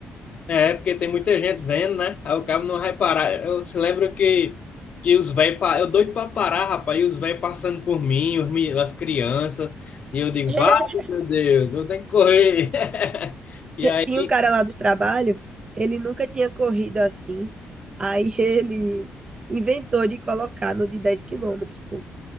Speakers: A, on the left; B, on the right.
A: É, porque tem muita gente vendo, né? Aí o cabo não vai parar. Eu se lembro que, que os velhos. Pa... Eu doido pra parar, rapaz. E os velhos passando por mim, os meni- as crianças. E eu digo,
B: <laughs>
A: vai, meu Deus, eu tenho que correr. <laughs> E aí,
B: Tinha um cara lá do trabalho, ele nunca tinha corrido assim. Aí <laughs> ele inventou de colocar no de 10 quilômetros, pô.